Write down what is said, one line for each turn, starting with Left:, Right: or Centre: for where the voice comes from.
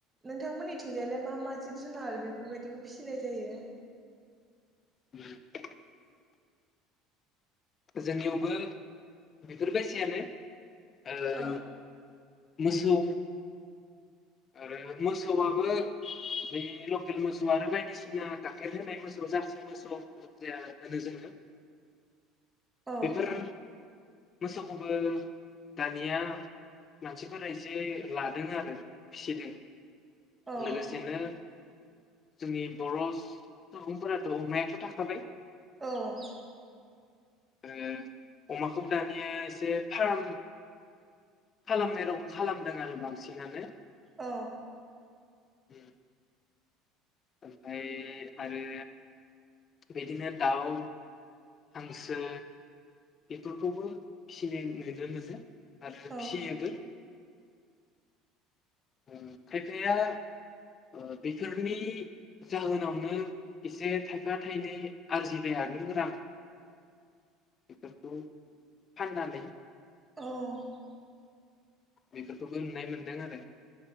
Right: नों थांमोननिथिंजायलाय मा मा जिब जुनार बेफोर बायदिखौ फिसिनाय जायो
Left: <inaudible> जोंनियावबो बेफोर बायसायानो ओ
Right: औ
Left: मोसौ आरो मोसौआबो बे' लखेल मोसौ बायदिसिना गाखेर होनाय मोसौ जारसि मोसौ होनो जोङो
Right: औ
Left: बेफोर मोसौखौबो दानिया मानसिफोरा एसे लादोंनो आरो फिसिदों
Right: औ
Left: लोगोसेनो जोंनि बर' सुबुंफोराथ' अमायाथ' थाखाबाय
Right: औ
Left: ओ अमाखौबो दानिया एसे फार्म खालामनाय रखम खालामदों आरो बांसिन बांसिनानो
Right: औ
Left: उम ओमफ्राय आरो बेदिनो दाउ हांसो बेफोरखौबो फिनाय <unintelligible> आरो
Right: औ
Left: फिसियोबो ओ खायफाया ओ बेफोरनि जाहोनावनो एसे थायफा थायनै आरजिबायानो गोबां बेफोरखौ फाननानै
Right: औ
Left: बेफोरखौ'बो नुनाय मोनदों आरो